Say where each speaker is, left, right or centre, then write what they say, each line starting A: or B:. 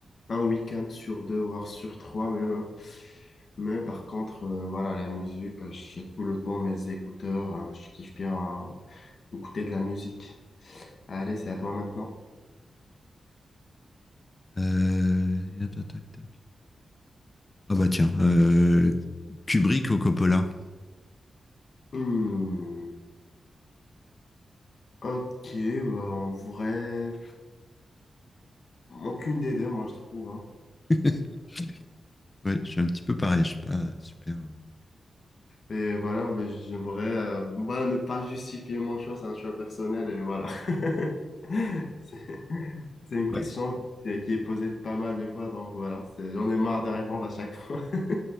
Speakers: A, on the left (about 45°); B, on the left (about 20°).
A: un week-end sur deux, voire sur trois même. hein. Mais par contre, euh, voilà, la musique, euh, j'ai tout le temps mes écouteurs, euh, je kiffe bien euh, écouter de la musique. Allez, c'est à toi maintenant.
B: Euh, euh, tac, tac, tac. Ah bah tiens, euh, Kubrick ou Coppola.
A: Hmm. Ok, bah, en vrai, aucune des deux, moi, je trouve. hein.
B: <laughs> Ouais, je suis un petit peu pareil, je suis pas super.
A: Et voilà, mais j'aimerais euh, bah, ne pas justifier mon choix, c'est un choix personnel et voilà. <laughs> C'est une
B: Ouais.
A: question qui est qui est posée pas mal de fois, donc voilà, c'est, j'en ai marre de répondre à chaque fois. <laughs>